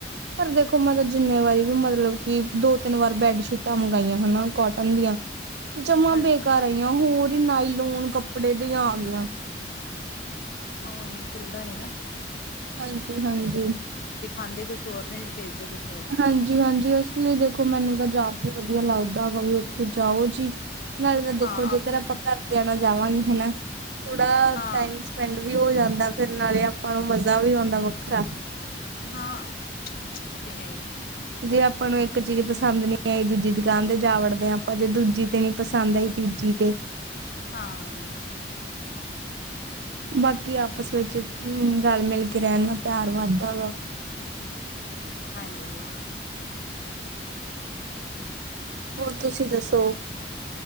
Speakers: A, on the right; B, on the left.
A: ਪਰ ਦੇਖੋ, ਮੈਂ ਤਾਂ ਜਿੰਨੇ ਵਾਰੀ ਵੀ। ਮਤਲਬ ਕਿ ਦੋ-ਤਿੰਨ ਵਾਰ ਬੈਡਸ਼ੀਟਾਂ ਮੰਗਾਈਆਂ ਹਨਾ, ਕੋਟਨ ਦੀਆਂ। ਜਮਾਂ
B: ਅੱਛਾ
A: ਬੇਕਾਰ ਆਈਆਂ। ਹੋਰ ਈ ਨਾਈਲੋਣ ਕੱਪੜੇ ਦੀਆਂ ਆਗੀਆਂ।
B: ਉਹ ਨੀ, ਚੱਲਦਾ ਨੀ ਨਾ।
A: ਹਾਂਜੀ-ਹਾਂਜੀ।
B: ਉਹ ਦਿਖਾਂਦੇ ਕੁਛ ਹੋਰ ਨੇ। ਫਿਰ ਭੇਜਦੇ ਕੁਛ ਹੋਰ ਨੇ
A: ਹਾਂਜੀ-ਹਾਂਜੀ। ਇਸ ਲਈ ਦੇਖੋ, ਮੈਨੂੰ ਤਾਂ ਜਾ ਕੇ ਵਧੀਆ ਲੱਗਦਾ ਹੈਗਾ, ਵੀ ਉੱਥੇ ਜਾਓ ਜੀ। ਨਾਲੇ ਤਾਂ ਦੇਖੋ,
B: ਹਾਂ ਆਪਣੇ
A: ਜੇਕਰ ਆਪਾਂ ਘਰਦਿਆ ਨਾ ਜਾਵਾਂਗੇ, ਹਨਾ। ਥੋੜਾ
B: ਹਾਂ
A: ਟਾਈਮ ਸਪੇੰਡ ਵੀ ਹੋ ਜਾਂਦਾ। ਫਿਰ ਨਾਲੇ ਆਪਾਂ ਨੂੰ ਮਜ਼ਾ ਵੀ ਆਉਂਦਾ, ਵੱਖਰਾ।
B: ਹਾਂ, ਉਹ ਤੇ ਹੈਈ।
A: ਜੇ ਆਪਾਂ ਨੂੰ ਇੱਕ ਚੀਜ਼ ਪਸੰਦ ਨੀ ਆਈ। ਦੂਜੀ ਦੁਕਾਨ ਤੇ ਜਾ ਵੜਦੇ ਆ ਆਪਾਂ। ਜੇ ਦੂਜੀ ਤੇ ਨੀ ਪਸੰਦ ਆਈ ਤੀਜੀ ਤੇ
B: ਹਾਂ।
A: ਬਾਕੀ ਆਪਸ ਵਿੱਚ ਰਲ-ਮਿਲ ਕੇ ਰਹਿਣ ਨਾ ਪਿਆਰ ਵੱਧਦਾ ਵਾ।
B: ਹਾਂਜੀ।
A: ਹੋਰ ਤੁਸੀਂ ਦੱਸੋ?